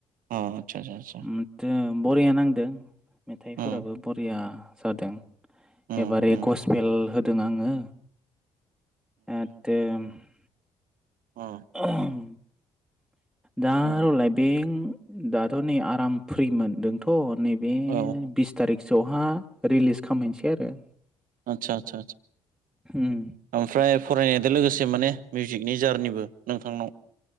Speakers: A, on the right; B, in the centre.
A: अ आदसा आदसा आदसा
B: ओम बरिया नांदों मेथाइफोराबो
A: उम
B: बरिया जादों
A: उम
B: एबारै
A: उम
B: गसपेल होदों आङो <unintelligible>
A: ओम
B: <unintelligible> दा
A: उम
B: र'लाय बें दाथ' नै आराम फ्रिमोन दों थ' नैबे
A: औ
B: बिस थारिखसोआवहा रिलिस खालामामहैनोसै आरो
A: आतसा आतसा
B: उम
A: ओमफ्राय फरायनायजों लोगोसे माने मिउजिकनि जारनिबो नोंथांनाव